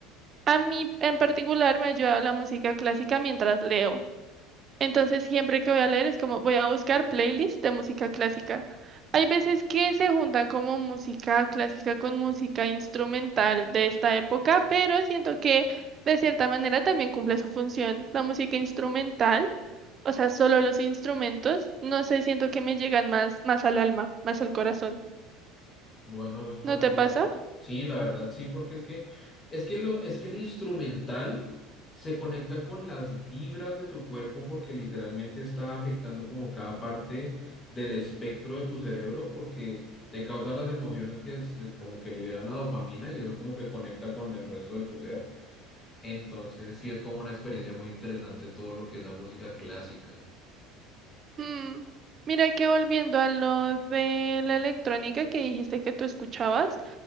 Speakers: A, on the right (about 25°); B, on the left (about 15°).
A: A mí en particular me ayuda la música clásica mientras leo. Entonces, siempre que voy a leer es como voy a buscar playlists de música clásica. Hay veces que se juntan como música clásica con música instrumental de esta época, pero siento que de cierta manera también cumple su función. La música instrumental, o sea, solo los instrumentos, no sé, siento que me llegan más, más al alma, más al corazón.
B: Bueno, eso está
A: ¿No
B: muy
A: te
B: bien.
A: pasa?
B: Sí, la verdad, sí, porque es que, es que lo, es que el instrumental se conecta con las vibras de tu cuerpo porque literalmente está afectando como cada parte del espectro de tu cerebro porque te causa las emociones que se- como que liberan la dopamina y eso como que conecta con el resto de tu ser. Entonces, sí es como una experiencia muy interesante todo lo que es la música clásica.
A: Mm, Mira que volviendo a lo de la electrónica que dijiste que tú escuchabas,